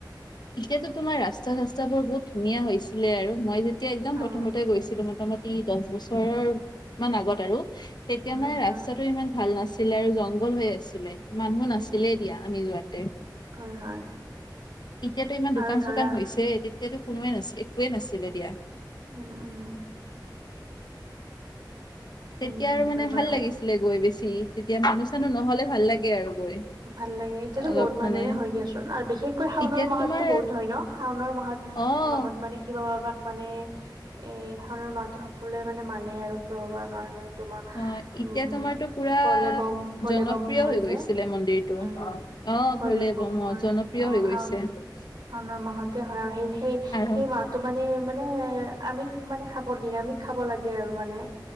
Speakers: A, on the left; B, on the right.
A: এতিয়াতো তোমাৰ ৰাস্তা চাস্তা বোৰ বহুত ধুনীয়া হৈছিলে আৰু মই যেতিয়া একদম
B: অ',
A: প্ৰথমতে গৈছিলো মতামতে দছ বছৰৰ মান আগত আৰু তেতিয়া
B: হয়
A: মানে ৰাস্তাটো
B: হয়।
A: ইমান ভাল না ছিলে আৰু জংঘল হৈ আছিলে। মানুহ
B: উম,
A: নাছিলে
B: উম,
A: দিয়া আমি যোৱাতে।
B: হয় হয়।
A: এতিয়াতো ইমান দোকান
B: আৰু ধৰা
A: চোকান হৈছে। তেতিয়াতো কোনোৱে নাছি একোৱে নাছিলে দিয়া।
B: অঁ অঁ। উম,
A: তেতিয়া আৰু মানে
B: হয় বাৰু।
A: ভাল লাগিছিলে গৈ বেছি তেতিয়া মানুহ চানুহ নহ'লে ভাল লাগে আৰু গৈ।
B: ভাল লাগে এতিয়াতো
A: অলপ
B: বহুত মানুহে
A: মানে
B: হয় দিয়াচোন আৰু বিশেষকৈ শাওণৰ
A: এতিয়াতো
B: মাহতো
A: তোমাৰ
B: বহুত হয় ন শাওনৰ মাহত
A: অ
B: মাহত মানে শিৱ বাবাক মানে। এ শাওণৰ মাহটো সকলোৱে মানে মানে আৰু শিৱ বাবাৰ কাৰণে। তোমাৰ
A: অঁ এতিয়া
B: উম
A: তোমাৰতো পুৰা
B: ভলেবম ভলেবম
A: জনপ্ৰিয়
B: হয়
A: হৈ
B: যে
A: গৈছিলে মন্দিৰটো।
B: উম
A: অ
B: ভলেবম
A: ভলে বোম
B: হয়
A: অ জনপ্ৰিয়
B: অ
A: হৈ
B: শাওন
A: গৈছে।
B: শাওনৰ মাহতে হয। আৰু সেই সেই
A: আৰু
B: সেই মাহ মাহ তো মানে মানে আমি মানে খাব দিন আমি খাব লাগে আৰু মানে